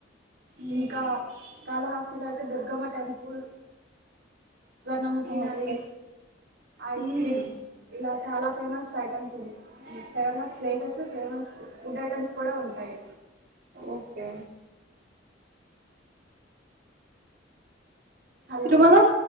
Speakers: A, on the right; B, on the right.
A: మ్
B: ఇంకా కాళహాస్తిలో అయితే దుర్గమ్మ టెంపుల్ స్వర్ణముఖి నది
A: ఓకే
B: ఐస్
A: మ్మ్
B: క్రీమ్ ఇలా చాలా ఫేమస్ ఐటెమ్స్ ఉంది famous places famous food items కూడా ఉంటాయి
A: ఓకే
B: హలో
A: తిరుమల